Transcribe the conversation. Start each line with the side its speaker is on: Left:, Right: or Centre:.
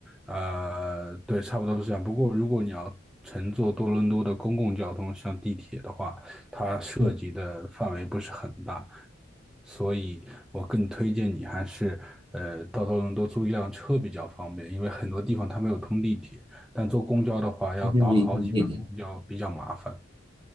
Centre: 呃，对，差不多是这样。不过如果你要乘坐多伦多的公共交通，像地铁的话，它涉及的范围不是很大，
Right: 嗯
Centre: 所以我更推荐你还是呃到多伦多租一辆车比较方便，因为很多地方它没有通地铁，但坐公交的话要倒好几班公交，
Right: 嗯嗯嗯嗯
Centre: 比较麻烦。